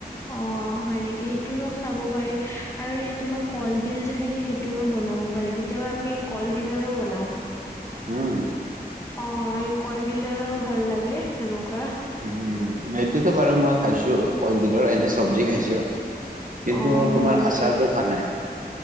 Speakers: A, on the left; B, on the right.
A: অ। অ হয় নেকি সেইটোৰো খাব পাৰি আৰু এই তোমাৰ কলডিল যে থাকে সেইটোৰো বনাব পাৰি। কেতিয়াবা আমি কলডিলৰো বনাওঁ।
B: উহু
A: অ এই কলডিলৰো ভাল লাগে সেনকুৱা।
B: উম উম উম। সেইটোতো বাৰু মই খাইছো, কলডিলৰ এনে চব্জি খাইছো। কিন্তু
A: অ
B: তোমাৰ
A: হয় নেকি
B: আচাৰটো খোৱা নাই।